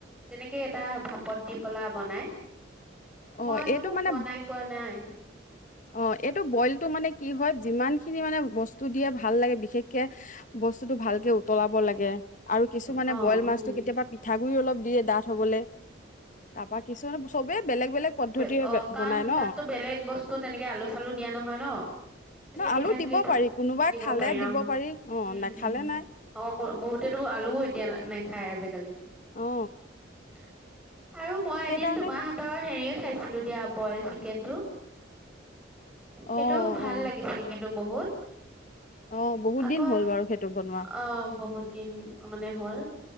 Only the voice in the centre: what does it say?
তেনেকে এটা ভাপত দি পেলাই বনাই
মই কিন্তু
বনাই পোৱা নাই
অ
উম
বেগ অ কাৰণ
তাততো বেলেগ বস্তু তেনেক কে আলু চালু দিয়া নহয় ন তেনেকে
পিঠা
গুৰি
দিব
পাৰি অ উম
উম
অ বহুতে আলুও এতিয়া নেখ খায় আজিকালি
<inaudible> আৰু মই
এদিন তোমাৰ হাতৰ হেৰি খাইছিলো দিয়া বইল চিকেন টো সেইটো
ভাল
লাগিছিল কিন্তু বহুত
আকৌ
আহ বহুত দিন মানে হ'ল